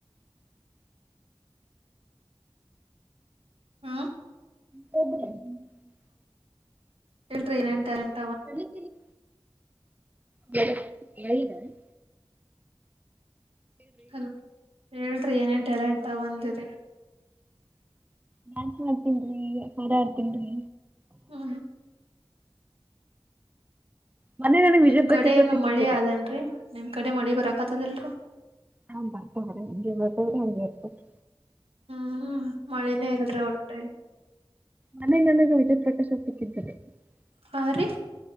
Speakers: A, on the right; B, on the right.
A: ಹ್ಮ <inaudible>
B: ಹೋಗರು <unintelligible>
A: ಹೇಳ್ರಿ ಏನಂತಟ <unintelligible>
B: ಕಣ <inaudible> ವನ <unintelligible>
A: ಹಲೋ ಹೇಳ್ರಿ ಏನೇನ್ ಟ್ಯಾಲೆಂಟ್ ಅಂದಿರಿ.
B: ಡಾನ್ಸ್ ಮಾಡ್ತನ್ರಿ, ಹಾಡಆಡ್ತೀನಿ.
A: ಹ್ಮ <inaudible>
B: ಮೊನ್ನೆ ನನಗ್
A: ನಿಮ್
B: ವಿಜಯ ಪ್ರಕಾಶ್
A: ಕಡೆ ಏನು
B: ಅವ್ರು ಸಿಕ್ಕಿದ್ರಿ.
A: ಮಳಿ ಅದೇನ್ರರಿ ನಿಮ್ ಕಡೆ ಮಳಿ ಬರಾಕತದಲ್ರರಿ.
B: ಹಾ, ಬರ್ತಾವ್ರೀ ಹಂಗೆ ಬರ್ತಾವ್ರ ಹಗೆ ಬರ್ತ
A: ಹ್ಮ್, ಮಳಿನೇ ಇಲ್ರಿ ಹೊಟ್ಟಾ
B: ಮನೆನೆನಗೂ ವಿದತ್ ಪ್ರಕಾಶ ಸಿಕ್ಕಿದ್ದಲ್ಲಿ <unintelligible>
A: ಹಾ, ರಿ